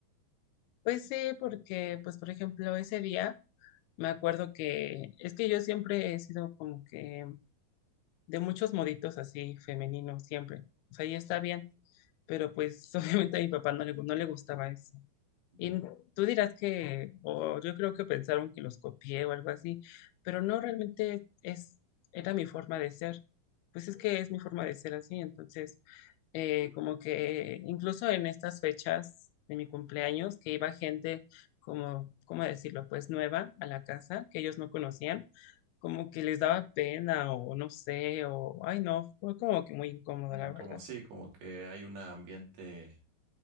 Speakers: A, on the left; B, on the right.
A: Pues sí, porque, pues por ejemplo, ese día me acuerdo que es que yo siempre he sido como que de muchos moditos así femeninos siempre. O sea, y está bien, pero pues <laughs> obviamente a mi papá no le, no le gustaba eso.
B: Ujú.
A: Y tú dirás que, o yo creo que pensaron que los copié o algo así, pero no realmente es, era mi forma de ser. Pues es que es mi forma de ser así, entonces eh, como que incluso en estas fechas de mi cumpleaños, que iba gente como, ¿cómo decirlo? Pues nueva a la casa, que ellos no conocían, como que les daba pena o no sé, o, ay no, fue como que muy incómodo,
B: Mm,
A: la verdad.
B: Como así, como que hay un ambiente,